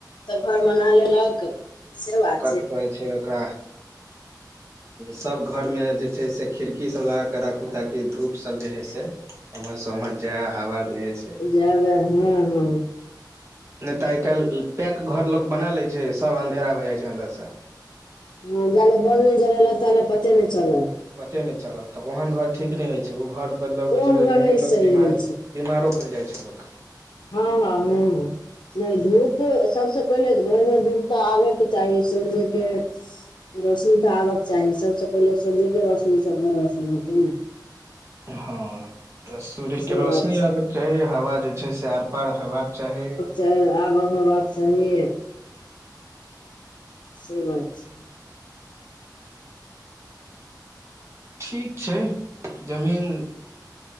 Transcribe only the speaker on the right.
कठी कहै छै ओकरा
सभ घरमे जे छै से खिड़की सभ लगा कऽ राखू ताकि धूप सभ जे है से एमर स उमहर जे हव जे हे से
नै तऽ आइ कैल पैक घर लोक बना ले छै सब अंधेरा भ जाइ छै अन्दर स
पते नै चलल तऽ ओहेन घर ठीक नै होइ छै ओ घर मतलब
ओहि घर
मे लोक
बीमार
बीमारो पईर जाय छैय लोक
हाँ त सूर्य
के रोशनी
आबेक चाही हवा जे छै से आर पार हेबाक चाही
ठीक छै जमीन